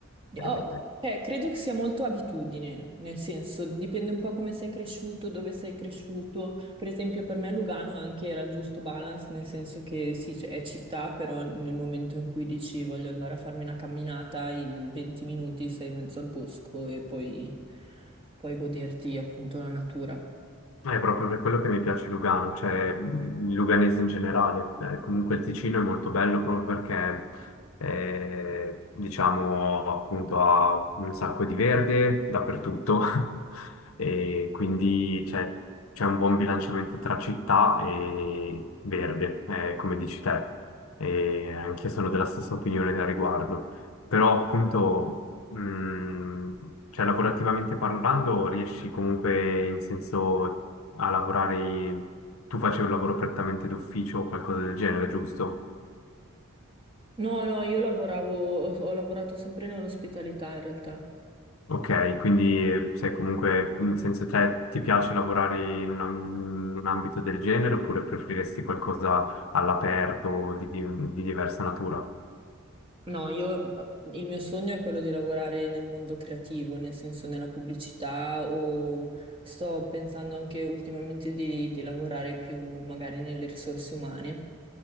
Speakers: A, on the left; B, on the right.
A: Eh,
B: Oh, cioè, credo che sia molto abitudine, nel senso, dipende un po' come sei cresciuto, dove sei cresciuto. Per esempio, per me Lugano anche era il giusto balance, nel senso che sì, c- è città, però nel momento in cui dici voglio andare a farmi una camminata, in 20 minuti sei in mezzo al bosco e poi, poi goderti appunto la natura.
A: È proprio per quello che mi piace Lugano, cioè mh, il luganese in generale. Eh, comunque il Ticino è molto bello proprio perché, eh, diciamo, appunto ha un sacco di verde dappertutto <laughs> e quindi c'è c'è un buon bilanciamento tra città e verde, eh, come dici te. E anch'io sono della stessa opinione a riguardo. Però appunto... mh, cioè, lavorativamente parlando, riesci comunque in senso a lavorare, tu facevi un lavoro prettamente d'ufficio o qualcosa del genere, giusto?
B: No, no, io lavoravo, ho ho lavorato sempre nell'ospitalità in realtà.
A: Ok, quindi eh, sei comunque, nel senso, te ti piace lavorare in un, am- in un ambito del genere oppure preferiresti qualcosa all'aperto di, di- di diversa natura?
B: No, io, il mio sogno è quello di lavorare nel mondo creativo, nel senso nella pubblicità o sto pensando anche ultimamente di, di lavorare più magari nelle risorse umane